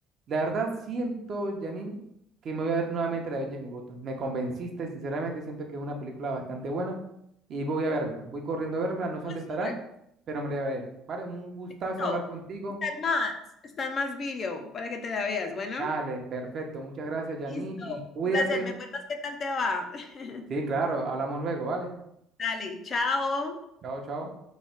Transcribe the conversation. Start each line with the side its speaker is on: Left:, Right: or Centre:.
Right: La verdad, siento, Janine, que me voy a ver nuevamente la Benjamin Button. Me convenciste, sinceramente, siento que es una película bastante buena y voy a vérmela. Voy corriendo a vérmela, no sé
Left: pues
Right: dónde estará
Left: súper.
Right: pero me lo voy a ver. Vale, un gustazo
Left: Listo.
Right: hablar contigo.
Left: Están más, están más video para que te la veas. Bueno,
Right: Dale, perfecto. Muchas gracias, Janine,
Left: listo.
Right: y cuídate.
Left: Un placer. ¿Me cuentas qué tal te va? <laughs>
Right: Sí, claro, hablamos luego, ¿vale?
Left: Dale, chao.
Right: Chao, chao.